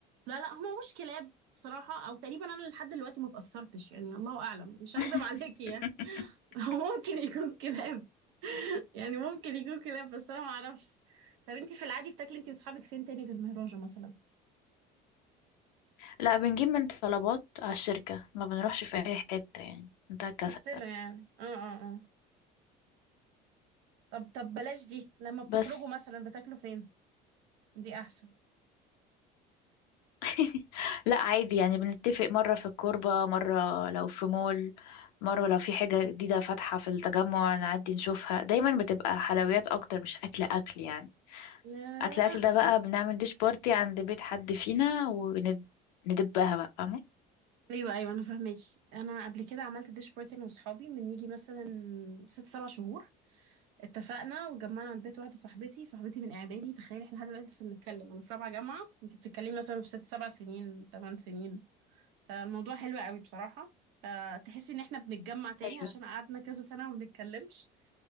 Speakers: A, on the right; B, on the left.
A: لا لا هو مش كلاب بصراحه او تقريبا انا لحد دلوقتي ما اتاثرتش يعني الله اعلم مش
B: <laughs>
A: هكذب عليكي يعني <laughs> هو ممكن يكون كلاب <laughs> يعني ممكن يكون كلاب بس انا ما اعرفش طب انت في العادي بتاكلي انت واصحابك فين تاني غير مهراجة مثلا
B: لا بنجيب من طلبات على الشركة ما بنروحش في أي حتة يعني ده كسل
A: مكسله يعني اه اه اه طب طب بلاش دي لما بتخرجوا
B: بس
A: مثلا بتاكلوا فين دي احسن
B: <laughs> لا عادي يعني بنتفق مرة في الكوربة مرة لو في مول مرة لو في حاجة جديدة فاتحة في التجمع نعدي نشوفها دايما بتبقى حلويات أكتر مش أكل أكل يعني
A: ياه
B: أكل أكل ده بقى بنعمل ديش بارتي عند بيت حد فينا وندبها بقى فاهمة
A: ايوه ايوه انا فاهماكي انا قبل كده عملت ديش بارتي انا واصحابي من يجي مثلا ست سبع شهور اتفقنا وجمعنا عند بيت واحده صاحبتي صاحبتي من اعدادي تخيلي احنا لحد دلوقتي لسه بنتكلم انا في رابعه جامعه انت بتتكلمي مثلا في ست سبع سنين ثمان سنين فالموضوع حلو قوي بصراحه فتحسي ان احنا بنتجمع تاني
B: أيوة
A: عشان قعدنا كذا سنه وما بنتكلمش